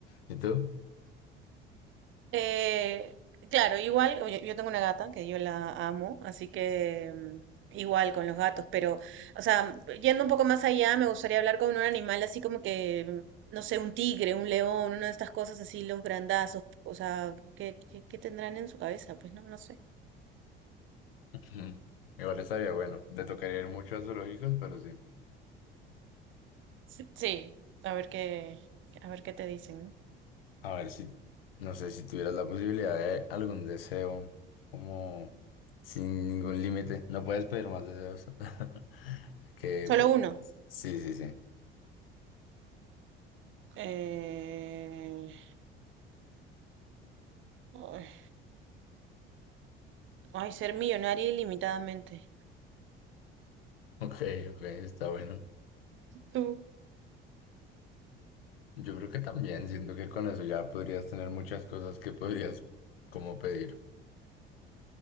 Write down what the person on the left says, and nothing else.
¿Y tú?
<clears throat> Ujú. Igual estaría bueno. Te tocaría ir mucho a zoológicos, pero sí.
A ver si, no sé, si tuvieras la posibilidad de algún deseo, como sin ningún límite. No puedes pedir más deseos. <laughs> Que,
pe-
sí, sí, sí.
Ok, ok, está bueno.
Yo creo que también, siento que con eso ya podrías tener muchas cosas que podrías como pedir.